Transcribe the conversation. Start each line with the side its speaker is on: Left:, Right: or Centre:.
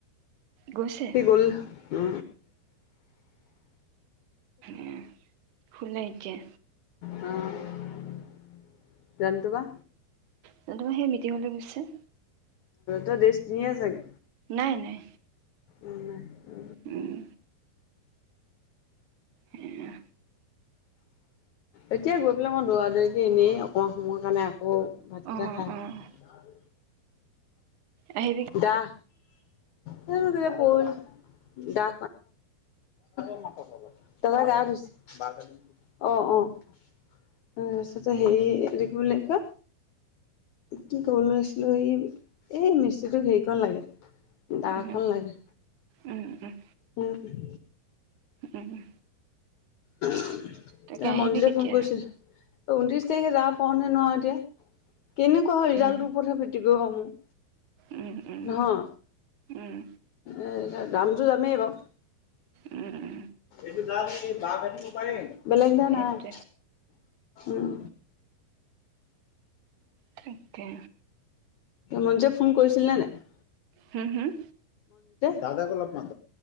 Right: গৈছে
Left: সি গ'ল। উ
Right: উ শুলে এতিয়া।
Left: অহ <unintelligible> জানটো বা
Right: চন্দ্ৰিমা সেই মিটিঙলৈ গৈছে।
Left: ত' ড্ৰেছ পিন্ধিছে আ চাগে।
Right: নাই নাই।
Left: উনাই উ
Right: উম, সেইয়া
Left: এতিয়া গৈ পেলাই মই দৌৰা দেৰিকে এনেই অকমান সময়ৰ কাৰণে কো ভাতকিটা
Right: অ',
Left: খাই।
Right: অ', আহিবি
Left: দাহ। কেতিয়া পল দা ম দাদা গা ধুইছে <unintelligible> অ', অ', তাৰপিছতে হেৰি হেৰি এইটো কি বুলি কয়। কি ক'বলে লৈছিলো সি এই মিস্ত্ৰীটোক হেৰিকণ লাগে। দা
Right: উম,
Left: খন লাগে।
Right: উম উম
Left: উম উম
Right: উম
Left: <inaudible>
Right: তাকে
Left: ত
Right: আহিবি
Left: মনজিতে
Right: কেতিয়া
Left: ফোন কৰিছিল। ঊনত্ৰিশ তাৰিখে যাব পাৰো নে নোৱাৰো এতিয়া! কেনেকুৱা হয় ৰিজাল্টটোৰ
Right: উম
Left: ওপৰত হে ভিত্তি কৰিব মোৰ, <inaudible>
Right: উম উম।
Left: নহয়
Right: উম
Left: এ এতিয়া দামটো দামেই বাৰু,
Right: উম উ
Left: <unintelligible> পাৰিম? বেলেগ না
Right: সেইটোৱে
Left: নাই উম
Right: তাকে
Left: মন যে ফোন কৰিছিল নে নাই
Right: হম হম
Left: দাদাকো লগপম